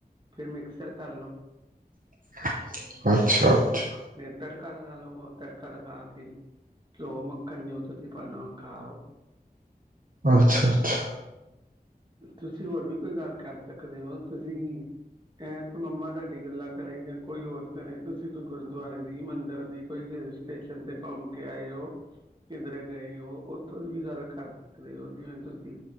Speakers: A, on the right (about 30°); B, on the right (about 60°).
A: ਫਿਰ ਮਿਕਸਰ ਕਰ ਲਓ।
B: ਅੱਛਾ-ਅੱਛਾ,
A: ਫਿਰ ਤੜਕਾ ਲਗਾ ਲੋ ਹੋਰ ਤੜਕਾ ਲਗਾ ਕੇ ਘਿਓ- ਮੱਖਣ ਜੋ ਤੁਸੀਂ ਪਾਣਾ ਖਾਓ।
B: ਅੱਛਾ, ਅੱਛਾ।
A: ਤੁਸੀਂ ਹੋਰ ਵੀ ਕੋਈ ਗੱਲ ਕਰ ਸਕਦੇ ਔ ਤੁਸੀਂ ਐ ਤਾਂ ਮੰਮਾ ਤਾਡੀ ਗੱਲਾਂ ਕਰੇ ਯਾ ਕੋਈ ਹੋਰ ਕਰੇ ਤੁਸੀਂ ਕੋਈ ਗੁਰਦੁਆਰੇ ਦੀ ਮੰਦਿਰ ਦੀ ਕੋਈ ਹਿਲ ਸਟੇਸ਼ਨ ਤੇ ਘੁੰਮ ਕੇ ਆਏ ਔ ਕਿਧਰੇ ਗਏ ਔ ਓਥੋਂ ਦੀ ਵੀ ਗੱਲ ਕਰ ਸਕਦੇ ਹੋ, ਜਿਵੇਂ ਤੁਸੀਂ